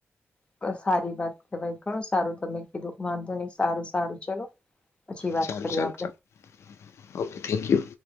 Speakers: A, on the left; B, on the left.
A: <unintelligible> સારી વાત કેહેવાય, ઘણું સારું તમે કીધું, વાંધો નહી, સારું સારું ચલો! પછી વાત
B: સારું
A: કરીએ
B: સારું.
A: આપડે.
B: <unintelligible> Okay, thank you!